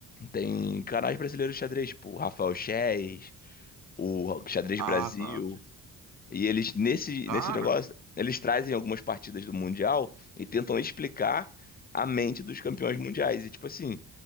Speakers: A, on the left (about 25°); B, on the right (about 60°).
A: tem canais brasileiros de xadrez, tipo o Rafael Chess, o Xadrez
B: Ah,
A: Brasil,
B: tá.
A: e eles nesse,
B: Cara,
A: nesse negócio, eles trazem algumas partidas do Mundial e tentam explicar a mente dos campeões mundiais. E tipo assim,